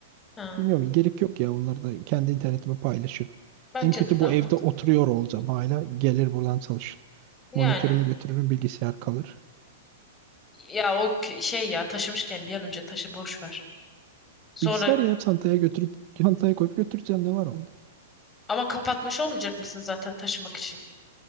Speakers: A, on the left; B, on the right.
A: Ha.
B: Bilmiyorum gerek yok ya onları da kendi internetime paylaşırım.
A: Bence
B: En kötü
A: de daha
B: bu evde
A: mantıklı.
B: oturuyor olacağım hala. Gelir buradan çalışırım.
A: Yani.
B: Monitörümü götürürüm bilgisayar kalır.
A: Ya o k- şey ya taşımışken bir an önce taşı boş ver. Sonra
B: Bilgisayar ya çantaya götürüp çantaya koyup götüreceğim ne var onda?
A: ama kapatmış olmayacak mısın zaten taşımak için?